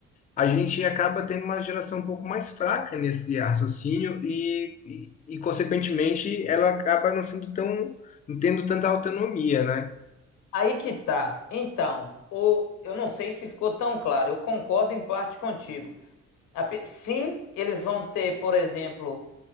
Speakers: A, on the left (about 25°); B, on the left (about 90°).
A: a gente acaba tendo uma geração um pouco mais fraca nesse raciocínio e, e, e consequentemente, ela acaba não sendo tão, não tendo tanta autonomia, né?
B: Aí que tá. Então, ou eu não sei se ficou tão claro. Eu concordo em parte contigo. Ape- Sim, eles vão ter, por exemplo,